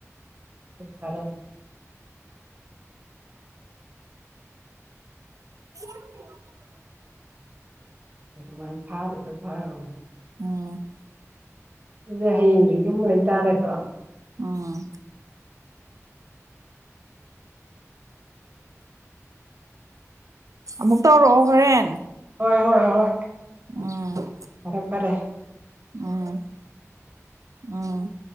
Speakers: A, on the right (about 35°); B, on the right (about 80°).
A: <unintelligible>
B: <inaudible>
A: ꯑꯗꯨꯃꯥꯥꯏꯅ ꯊꯥꯔꯤꯗꯣ ꯐꯔꯕꯅꯤ
B: ꯎꯝ
A: ꯑꯗꯨ ꯍꯌꯦꯡꯖꯦ ꯌꯨꯝ ꯂꯩ ꯇꯥꯔꯥ ꯇ꯭ꯔꯣ
B: ꯑꯥ ꯑꯃꯨꯛ ꯇꯧꯔꯛꯑꯣ ꯍꯣꯔꯦꯟ
A: ꯍꯣꯏ ꯍꯣꯏ ꯍꯣꯏ
B: ꯎꯝ
A: ꯄꯔꯦ ꯄꯔꯦ
B: ꯎꯝ ꯎꯝ